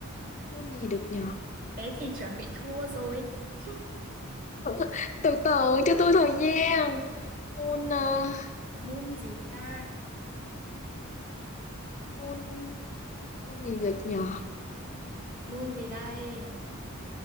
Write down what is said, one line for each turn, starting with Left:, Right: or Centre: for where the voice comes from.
Left: môn gì được nhờ
Right: thế thì chuẩn bị thua rồi. <laughs>
Left: <laughs> từ từ cho tôi thời gian môn à,
Right: mun gì ta?
Left: môn môn gì được nhờ
Right: Moon gì đây?